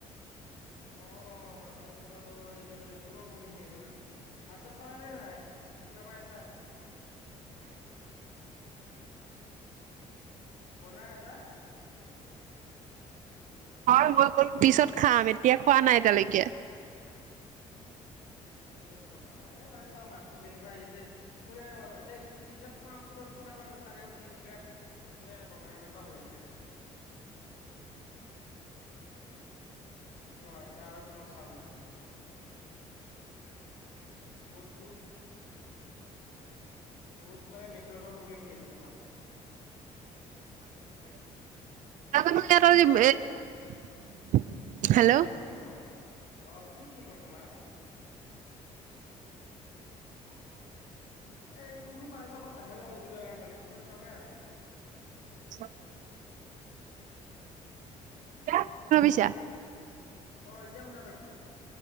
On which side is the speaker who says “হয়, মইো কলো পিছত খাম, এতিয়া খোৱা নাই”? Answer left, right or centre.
Right